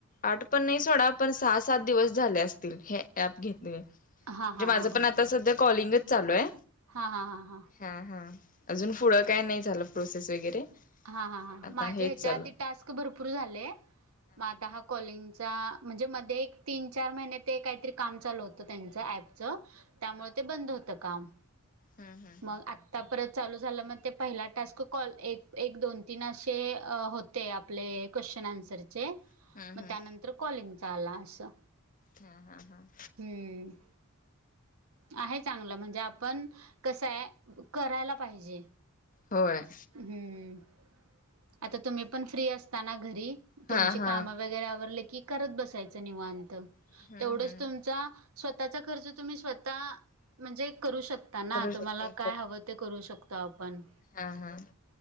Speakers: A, on the left (about 40°); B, on the right (about 75°).
A: आठ पण नाही सोडा पण सहा सात दिवस झाले असतील हे ऍप घेतले. म्हणजे
B: हा हा
A: माझं
B: हा
A: पण आत्ता सध्या कॉलिंगच चालू हाय.
B: हां हां हां हां.
A: हां हां, अजून पुढं काय नाही झालं प्रोसेस वगैरे
B: हां हां हां,
A: आता
B: माझे
A: हेच
B: हेच्या
A: चालू
B: आधी टास्क भरपूर झाले, म आता हा कॉलिंगचा म्हणजे मध्ये एक तीन चार महिने ते काहीतरी काम चालू होतं त्यांचं ॲप च त्यामुळे ते बंद होत काम.
A: हम हम.
B: मग आत्ता परत चालू झालं, म ते पहिला टास्क कॉल एक एक, दोन, तीन असे अं हो ते आपले क्वेश्चन आन्सरचे,
A: हम्म
B: मग
A: हम्म हम्म
B: त्यानंतर कॉलिंगचा आला असं.
A: हां हां हां.
B: हम. आहे चांगलं म्हणजे आपण कसं हाय करायला पाहिजे.
A: होय.
B: हम्म, आता तुम्ही पण फ्री असता ना घरी तुमची
A: हा हा
B: काम वगैरे आवरल की करत बसायच निवांत,
A: हम्म
B: तेवढच
A: हम्म
B: तुमचा स्वतःचा खर्च तुम्ही स्व तः म्हणजे करू शकता ना
A: करू शकते
B: तुम्हाला काय हवं ते करू शकतो आपण.
A: हां हां.